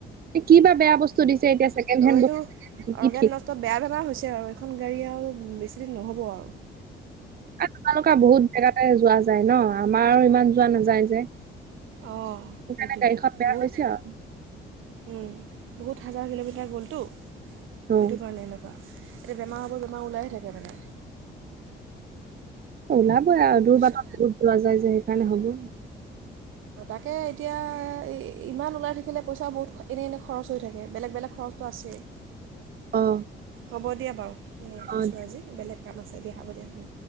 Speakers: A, on the right; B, on the right.
A: কিবা বেয়া বস্তু দিছে এতিয়া ছেকেণ্ড
B: সেইটো
A: হেণ্ড বস্তু- কি
B: অৰ্গেন
A: ঠিক
B: নষ্ট বেয়া বেমাৰ হৈছে আৰু এইখন গাড়ী আও বেছিদিন নহ'ব আও
A: এ তোমালোকে বহুত জেগাতে যোৱা যায় ন আমাৰ ইমান যোৱা নাযায় যে।
B: অঁ
A: সেইকাৰণে
B: সেইটোৱে
A: গাড়ীখন বেয়া
B: বহুত
A: হৈছে আৰু
B: উম বহুত- হাজাৰ কিলোমিটাৰ গ'লটো সেইটো
A: অ
B: কাৰণে এনেকুৱা। এতিয়া বেমাৰ হব বেমাৰ ওলায়ে থাকে মানে-
A: ওলাবই আৰু
B: বুজিছে
A: দূৰ বাটত বহুত যোৱা যায় যে সেইকাৰণে হ'বই।
B: তাকে এতিয়া ইমান ওলাই থাকিলে পইচা বহুত এনেই এনে খৰচ হৈ থাকে বেলেগ বেলেগ খৰ চতো আছেই
A: অ
B: হ'ব দিয়া বাৰু ৰাখিছোঁ
A: অ
B: আজি বেলেগ কাম আছে। হ'ব দিয়া হ'ব দিয়া উম